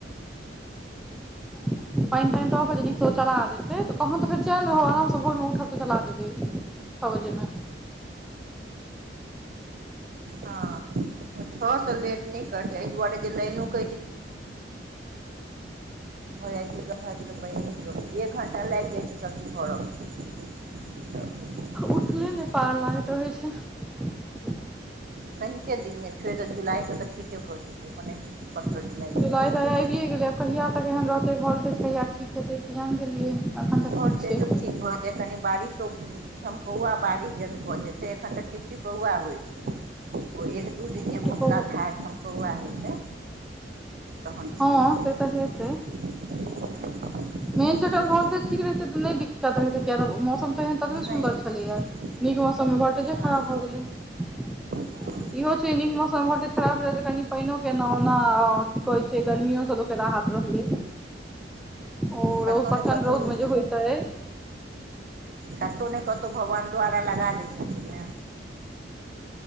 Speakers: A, in the centre; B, on the right (about 50°).
A: पानि तानि तऽपर जे नीकसँ ओ चला देतै तऽ अहन तऽ फेर चैन रहब आरामसँ भोरमे उठब तऽ चला देबै छ बजे मे
B: हँ छओ सए लेट नहि करतै एहि दुआरे जे लाइनो क भऽ जाइ छै गर्म भऽ जाइ छै तऽ पानि नहि चलै एक घण्टा लागि जाइ छै सभचीज भरयमे तऽ
A: उठले
B: ई
A: नहि पार <inaudible>
B: कनिके दिन नहि फेर तऽ जुलाइसँ तऽ ठीके भऽ जेतै मने पन्द्रह
A: जुलाइ
B: जुलाइके बादसँ
A: तऽ आइ आबि गेलैय कहिया तक एहन रहतै वोल्टेज कहिया ठीक हेतै कि जान गेलियै एखन तऽ
B: बोल्टेजो
A: ठीक छै
B: ठीक भ जैतइ कनि बारिशो ठाम कौआ बारिश जन भऽ जेतै एखन तऽ टिपटी कौआ होइ छै एक दू दिन
A: टिप
B: जे
A: टिपो
B: मूसला धार झमकौआ हेतै तहन
A: हँ
B: ठीक भऽ
A: से
B: जेतै
A: तऽ
B: सबचीज
A: हेतै
B: हँ
A: मेन छै एखन वोल्टेज ठीक रहितै नहि दिक्कत रहे छै किया तऽ मौसम त एहन ततबे सुन्दर
B: नहि नहि
A: छलैया नीक मौसम समय वोल्टेजे
B: हँ
A: खराब भ गेलै
B: हँ
A: इहो छै नीक मौसम वोल्टेज खराब रह कनि पानो के ओना की कह छै से गर्मीयो से लोक के राहथ रहलै ओ
B: कतहु
A: रउद प्रचंड
B: ने कतहु
A: रउद मे जे होयतै
B: कतहु नहि कतहु भगवान द्वारा लगा दै छथिन ने